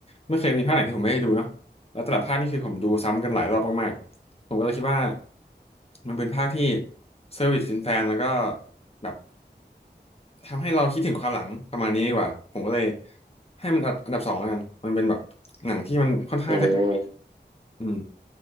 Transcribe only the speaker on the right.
อืม